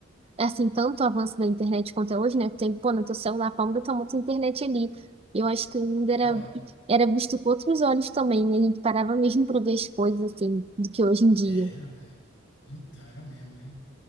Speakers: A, on the right; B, on the left.
A: assim, tanto avanço da internet quanto é hoje, né? Tem, pô, no teu celular, falando, eu tomo tua internet ali. Eu acho que ainda era,
B: Ah, é.
A: era visto com outros olhos também, né? A gente parava mesmo pra ver as coisas, assim, do que hoje em dia.
B: Era, velho. Então, era mesmo, viu?